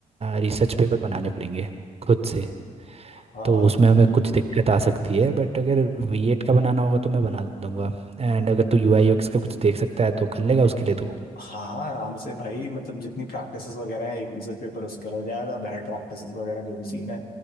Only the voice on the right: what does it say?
रिसर्च पेपर बनाने पड़ेंगे खुद से
तो उसमें हमें कुछ दिक्कत आ सकती है बट अगर वीएट का बनाना होगा तो मैं बना दूंगा एंड अगर तू यूआई यूएक्स का कुछ देख सकता है तो कर लेगा उसके लिए तू